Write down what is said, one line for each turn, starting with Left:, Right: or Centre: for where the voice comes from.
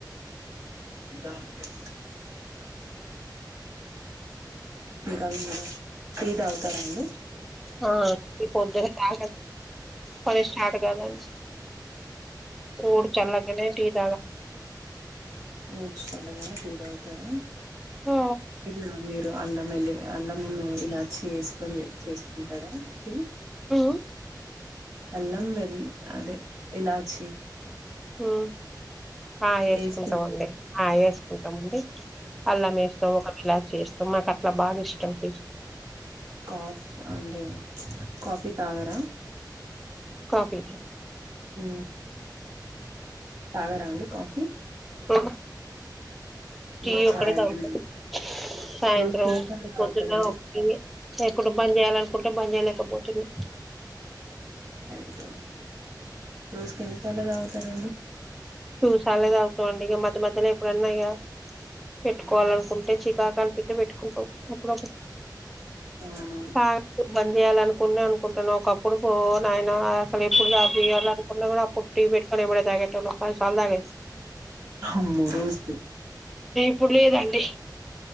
Right: ఉదారణ ఇంకా మీరు ఫీద అవుతారంండి
Centre: ఆ పోదని కా ప స్టార్ట్ గల కూడు చల్ టీజ
Right: ఊడ్చు చల్లదన్న ద అవుతారా
Centre: ఆ
Right: ఎట్లా మీ ఇ అల్లం వెల్లి అల్లమున్న ఇలా చేసుకొని చేసుకుంటారా ఇ
Centre: ఉమ్
Right: అల్లం వెలి అదే ఇలాచి
Centre: ఉమ్ ఆ వేసుకుంటామండి
Right: ఏసి
Centre: ఆ వేసుకుంటామండి అల్ల మేస్తాం ఒక విలాప్ చేస్తాం మాకట్లా భాగఇష్టం టీస్
Right: కాఫ్ అండ్ కాఫీ తాగర
Centre: కాఫీ
Right: ఉ తాగరా అండి కాఫీ
Centre: ఆ టీ
Right: మీకు
Centre: ఒక్కటే
Right: చాయ్ అంటేనే
Centre: తాగుతాం సాయంత్రం
Right: రోజుకి ఎన్నిసార్లు తాగుతారండి
Centre: పొద్దున
Right: చాయ్
Centre: ఇంగ ఎప్పుడు బంద్ చేయాలం కుంటే బని చేయలేకపోతుంది
Right: అయిదో రోజుకి ఎన్నిసార్లు తాగుతారండి
Centre: చూసాలేద అవుతొంది ఇక మధ్య మధ్యలో ఎప్పుడన్నా ఇక పెట్టుకోవాల అనుకుంటు చికకాలు పెట్ అప్పుడప్పుడు
Right: అవును
Centre: తాగడం బంద్ చేయాలనుకునే అనుకుంటున్నావు ఒకప్పుడు పో నాయన ఎప్పుడు <unintelligible> కొట్టి పెట్టి నేవాడు పది సార్లు దాగ
Right: అము రోజది
Centre: ఇప్పుడు లేదండి.